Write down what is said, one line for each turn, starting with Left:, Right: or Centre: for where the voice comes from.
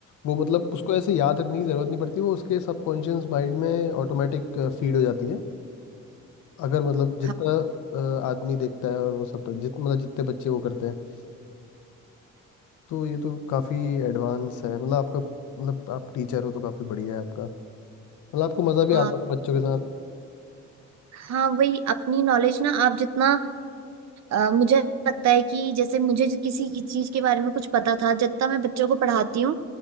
Left: वो मतलब उसको ऐसे याद रखने की ज़रूरत नहीं पड़ती वो उसके सबकॉन्शियस माइंड में ऑटोमेटिक फीड हो जाती है अगर मतलब जितना
Right: हाँ
Left: अ, आदमी देखता है और वो सब जित मतलब जितने बच्चे वो करते हैं तो ये तो काफ़ी एडवांस है मतलब आपका मतलब आप टीचर हो तो काफ़ी बढ़िया है आपका मतलब आपको मज़ा भी
Right: हाँ
Left: आता होगा बच्चों के साथ
Right: हाँ, वही अपनी नॉलेज ना आप जितना अ, मुझे लगता है कि जैसे मुझे जो किसी की चीज के बारे में कुछ पता था जितना मैं बच्चों को पढ़ाती हूँ